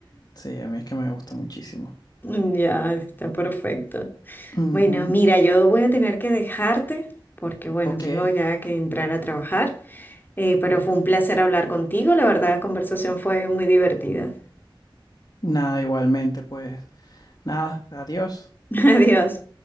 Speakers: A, on the left; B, on the left.
A: Sí, a mí es que me gusta muchísimo.
B: Mm, Ya, está perfecto.
A: Ujú,
B: Bueno, mira, yo voy a tener que dejarte porque, bueno,
A: Ok.
B: tengo ya que entrar a trabajar, Eh, pero fue un placer hablar contigo, la verdad, la conversación fue muy divertida.
A: Nada, igualmente, pues. Nada, adiós.
B: <laughs> Adiós.